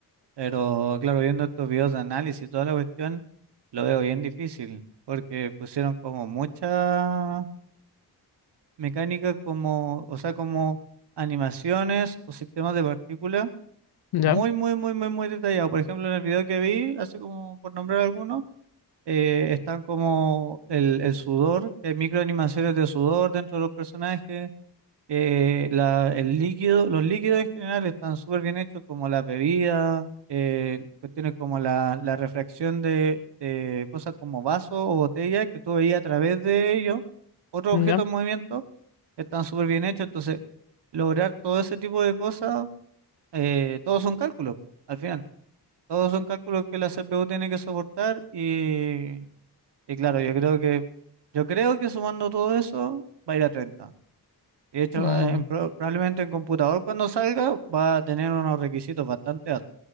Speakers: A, on the right; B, on the left.
A: Pero claro, viendo estos videos de análisis y toda la cuestión. Lo veo bien difícil, porque pusieron como mucha mecánica como, o sea, como animaciones o sistemas de partículas
B: ¿Ya?
A: muy, muy, muy, muy, muy detallado. Por ejemplo, en el video que vi, hace como por nombrar algunos, eh, están como el, el sudor, que hay microanimaciones de sudor dentro de los personajes, eh, la- el líquido, los líquidos en general están súper bien hechos, como las bebidas, eh, cuestiones como la, la refracción de, de cosas como vasos o botellas que tú veías a través de ellos, otros
B: ¿Ya?
A: objetos en movimiento, están súper bien hechos. Entonces, lograr todo ese tipo de cosas, eh, todos son cálculos, al final. Todos son cálculos que la CPU tiene que soportar y, y claro, yo creo que, yo creo que sumando todo eso va a ir a treinta de hecho,
B: Mm.
A: en pro- probablemente en computador cuando salga va a tener unos requisitos bastante altos,